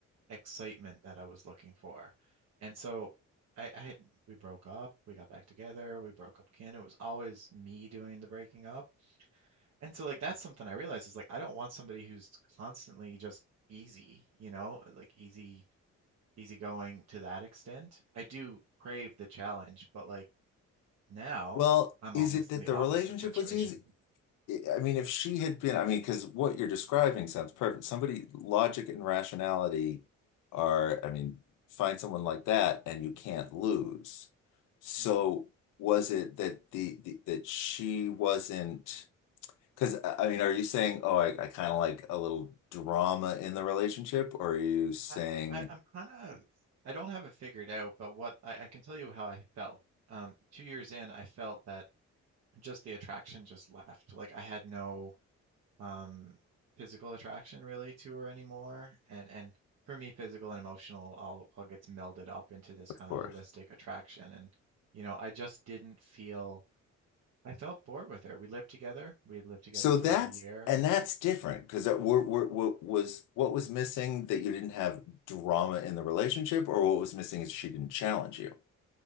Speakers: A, on the right; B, on the left.
A: excitement that I was looking for. And so I, I had, we broke up, we got back together, we broke up again. It was always me doing the breaking up. And so like that's something I realized is like I don't want somebody who's constantly just easy, you know, like easy easygoing to that extent. I do crave the challenge, but like now
B: Well,
A: I'm
B: is
A: almost
B: it that
A: in the
B: the
A: opposite
B: relationship
A: <laughs> situation.
B: was easy? I mean, if she had been, I mean, because what you're describing sounds perfect. Somebody, logic and rationality are,
A: Mm,
B: I mean, find someone like that and you can't lose. So
A: mm.
B: was it that the, the that she wasn't, because I I mean, are you saying, oh, I, I kind of like a little drama in the relationship, or are you saying,
A: I, I I'm kind of I don't have it figured out, but what I, I can tell you how I felt. Um, two years in, I felt that just the attraction just left. Like I had no um physical attraction really to her anymore. And and for me, physical and emotional all all gets melded up into this
B: of
A: kind
B: course.
A: of holistic attraction. And you know, I just didn't feel I felt bored with her. We lived together. We had lived together
B: So
A: for
B: that's
A: like a year.
B: and that's different because we're, we're, what was what was missing that you didn't have drama in the relationship, or what was missing is she didn't challenge you.